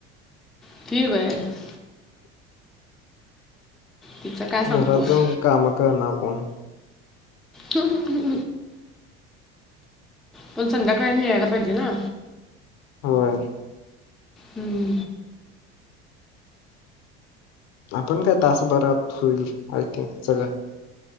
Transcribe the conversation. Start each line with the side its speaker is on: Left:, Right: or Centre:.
Centre: <unintelligible> तिचं काय सांगतोस
Left: घरात जाऊन काम करणार कोण.
Centre: हंम पण संध्याकाळी यायला पाहिजे ना.
Left: होय
Centre: हम्म.
Left: आपण काय तासभरात होईल आय थिंक सगळं.